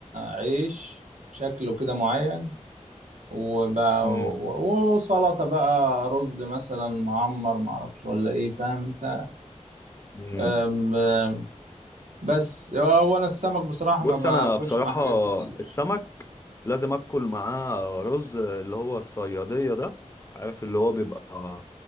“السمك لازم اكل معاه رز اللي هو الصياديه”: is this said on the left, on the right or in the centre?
Left